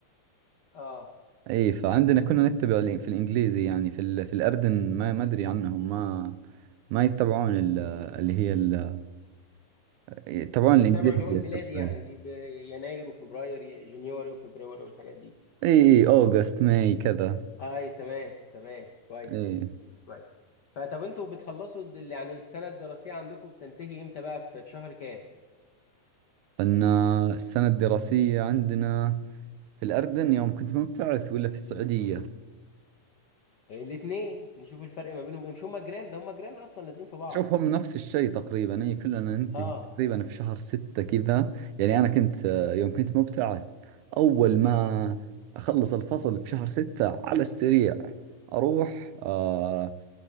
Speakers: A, on the left; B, on the right.
A: اه
B: اي فعندنا كنا نتبع الإن- في الانجليزي يعني في ال... في الاردن ما ما ادري عنهم ما ما يتبعون ال... اللي هي ال... يتبعون
A: بيتبعوا
B: الانجليزي
A: اللي هو الميلادي
B: اكثر شوي
A: يعني اللي ب- يناير وفبراير ي- جونيوري وفبراير والحاجات دي
B: اي اي اوغست ماي كذا
A: اي تمام تمام كويس
B: اي
A: كويس فطب انتوا بتخلصوا الد- يعني السنه الدراسيه عندكم بتنتهي امتى بقى في في شهر كام
B: فلنا السنة الدراسية عندنا في الاردن يوم كنت مبتعث ولا في السعودية
A: الاثنين نشوف الفرق ما بينهم ايه مش هما جيران ده هما جيران اصلا لازقين في بعض
B: شوف هم نفس الشيء تقريبا هي كلنا ننتهي
A: اه
B: تقريبا في شهر ستة كذا يعني أنا كنت آه، يوم كنت مبتعث أول ما أخلص الفصل في شهر ستة على السريع أروح آه،